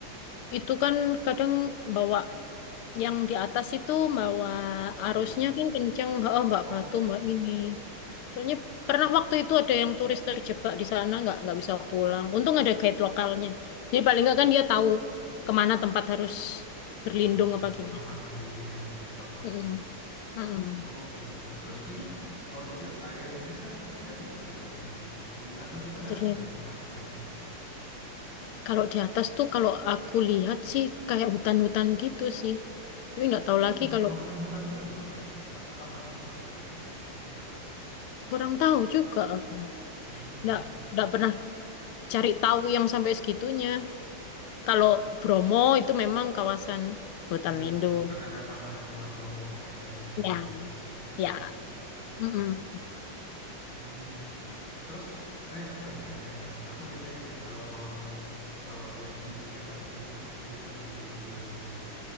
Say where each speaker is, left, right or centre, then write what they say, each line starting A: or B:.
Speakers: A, on the left; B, on the left.
A: Itu kan kadang bawa yang di atas itu bawa
B: Batu.
A: arusnya kan kenceng, oh, Mbak
B: Oh,
A: Batu, Mbak ini. Soalnya pernah waktu itu ada yang turis terjebak di sana nggak nggak bisa pulang. Untung ada guide lokalnya. Jadi paling nggak kan dia tahu kemana tempat harus berlindung
B: em,
A: apa
B: mengamankan
A: gimana.
B: diri ya, mengevakuasi.
A: Mm-mm.
B: gitu Ya.
A: Mm-mm.
B: Oh gitu. Terus ini kalau dilihat airnya airnya masih jernih ya. Di atas itu nggak
A: Jadi
B: ada pemukiman emang ya?
A: kalau di atas tuh kalau aku lihat sih kayak hutan-hutan gitu sih. Tapi nggak
B: Atau
A: tahu
B: ini
A: lagi
B: memang
A: kalau
B: kawasan hutan lindung apa? ya? Atau taman nasional kayaknya? Enggak.
A: kurang tahu juga aku.
B: Hmm.
A: Nggak, nggak pernah cari tahu yang sampai segitunya. Kalau Bromo itu memang kawasan hutan
B: Iya,
A: lindung.
B: kan ada Taman Nasional Bromo Tengger Semeru,
A: Ya,
B: itu kan, itu
A: ya.
B: yang Tanjung
A: mm-mm.
B: Hmm. Terus, ini aku pengen tanya, eh, aku biasanya nih kalau kalau lihat di apa YouTube YouTube di video gitu ya,